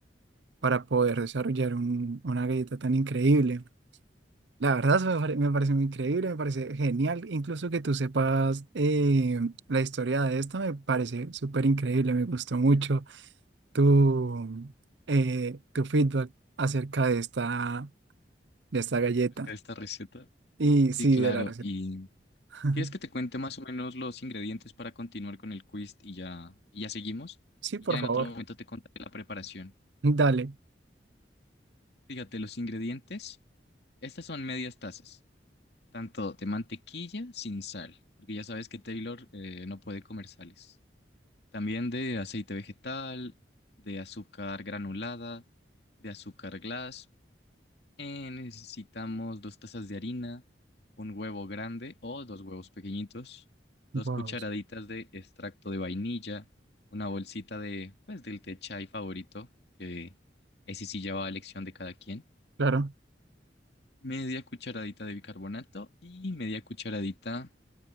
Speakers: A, on the right; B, on the left.
A: para poder desarrollar un- una galleta tan increíble. La verdad me pare- me parece muy increíble, me parece genial, incluso que tú sepas eh, la historia de esta me parece súper increíble, me gustó mucho tu, eh, tu feedback acerca de esta, de esta galleta
B: es que esta receta.
A: y
B: Sí,
A: sí,
B: claro,
A: de la receta.
B: y
A: <laughs>
B: ¿Quieres que te cuente más o menos los ingredientes para continuar con el quiz y ya, y ya seguimos?
A: Sí,
B: Y
A: por
B: ya en
A: favor,
B: otro momento te contaré la preparación.
A: dale.
B: Fíjate, los ingredientes, estas son medias tazas, tanto de mantequilla sin sal, porque ya sabes que Taylor eh, no puede comer sales. También de aceite vegetal, de azúcar granulada, de azúcar glass Eh, necesitamos dos tazas de harina, un huevo grande o dos huevos pequeñitos, dos
A: Wow,
B: cucharaditas de extracto de vainilla, una bolsita de, pues, del té chai favorito, que ese sí ya va a elección de cada quien,
A: claro,
B: media cucharadita de bicarbonato y media cucharadita